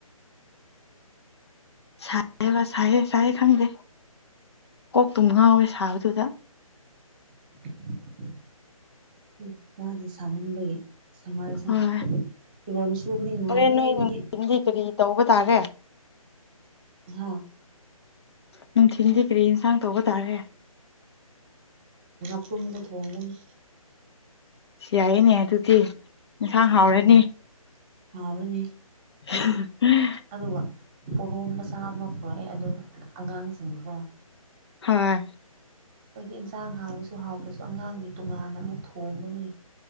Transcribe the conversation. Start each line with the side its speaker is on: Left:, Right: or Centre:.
Left: ꯁꯥꯏꯌꯦꯕ ꯁꯥꯏꯌꯦ ꯁꯥꯏꯌꯦ ꯈꯪꯗꯦ ꯀꯣꯛꯇꯨꯝ ꯉꯥꯎꯋꯦ ꯁꯥꯕꯗꯨꯗ
Right: <inaudible> ꯎꯝ ꯃꯥꯗꯦꯁ ꯁꯥꯃꯟꯕꯒꯤ ꯁꯝꯃꯔꯁꯦ
Left: ꯍꯣꯏ
Right: ꯐꯤꯔꯣꯜ ꯁꯨꯕꯗꯤ ꯅꯨꯡꯉꯥꯏꯔꯦ
Left: ꯍꯣꯔꯦꯟ ꯅꯣꯏ
Right: ꯑꯩꯒꯤꯗꯤ
Left: ꯅꯨꯡꯊꯤꯟꯗꯤ ꯀꯔꯤ ꯇꯧꯕ ꯇꯥꯔꯦ
Right: ꯍꯥ
Left: ꯅꯨꯡꯊꯤꯟꯗꯤ ꯀꯔꯤ ꯏꯟꯁꯥꯡ ꯇꯧꯕ ꯇꯥꯔꯦ
Right: ꯊꯨꯝꯅ ꯊꯣꯡꯒꯅꯤ
Left: ꯁꯤ ꯌꯥꯏꯌꯦꯅꯦ ꯑꯗꯨꯗꯤ ꯏꯟꯁꯥꯡ ꯍꯥꯎꯔꯅꯤ
Right: ꯎꯝ ꯍꯥꯎꯔꯅꯤ
Left: ꯍꯍ ꯎꯝ
Right: ꯑꯗꯨꯒ ꯄꯣꯔꯣꯝ ꯃꯆꯥ ꯑꯃ ꯄꯨꯔꯛꯑꯦ ꯑꯗꯨ ꯑꯉꯥꯡꯁꯤꯡꯀꯣ
Left: ꯍꯣꯏ
Right: ꯑꯈꯣꯏꯗꯤ ꯏꯟꯁꯥꯡ ꯍꯥꯥꯎꯔꯁꯨ ꯍꯥꯎꯇ꯭ꯔꯁꯨ ꯑꯉꯥꯡꯒꯤ ꯇꯣꯉꯥꯟꯅ ꯑꯃꯨꯛ ꯊꯣꯡꯕꯅꯤ